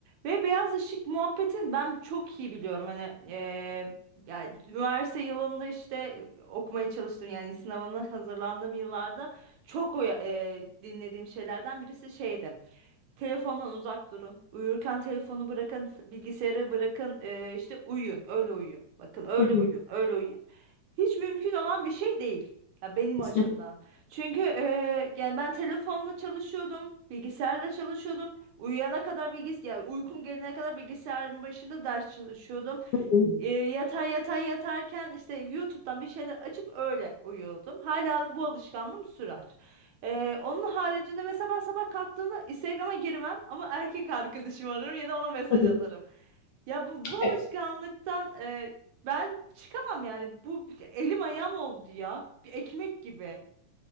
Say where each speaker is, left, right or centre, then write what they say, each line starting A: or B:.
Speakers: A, on the right; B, on the left.
A: Ve beyaz ışık muhabbetini ben çok iyi biliyorum. Hani eee, yani üniversite yılında işte e, okumaya çalıştım yani sınavına hazırlandığım yıllarda çok o eee, dinlediğim şeylerden birisi şeydi. Telefondan uzak durun. Uyurken telefonu bırakın, bilgisayarı bırakın. eee, işte uyuyun, öyle uyuyun. Bakın öyle
B: Hı hı.
A: uyuyun, öyle uyuyun. Hiç mümkün olan bir şey değil. Ya benim açımdan.
B: Hı
A: Çünkü e, yani ben telefonla çalışıyordum, bilgisayarla çalışıyordum. Uyuyana kadar bilgis yani uykum gelene kadar bilgisayarın başında ders çalışıyordum.
B: hı.
A: E, yatar yatar yatarken işte YouTube'dan bir şeyler açıp öyle uyuyordum. Hala bu alışkanlığım sürer. E, onun haricinde mesela ben sabah kalktığımda Instagram'a girmem ama erkek arkadaşım ararım ya da ona mesaj
B: Hı hı.
A: atarım. Ya bu, bu alışkanlıktan
B: Evet.
A: e, ben çıkamam yani. Bu bir- elim ayağım oldu ya. Bir ekmek gibi.